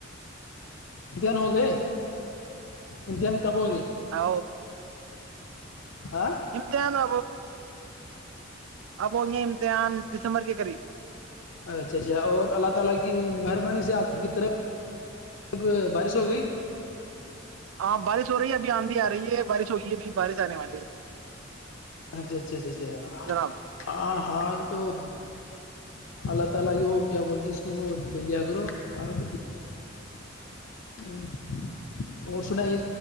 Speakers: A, on the left (about 75°); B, on the right (about 85°).
A: امتحان ہو گئے امتحان کب ہوں گے
B: ہ
A: ہاں
B: ہم ت آ نا اب ہوں گے امتحان دسمبر کے قریب
A: اچھا اچھا اور اللہ تعالی کی مہربانی سے آپ کی طرف بارش ہو گئی
B: ہاں بارش ہو رہی ہے ابھی آندھی آ رہی ہے بارش ہوگئی ہے ابھی بارش آنے والی ہے
A: اچھا اچھا اچھا اچھا
B: جناب
A: آ ہال تو اللہ تعالی کی وہ کیا بولتے ہیں اس کو وہ لے لیا کرو آپ اور اور سنا یہ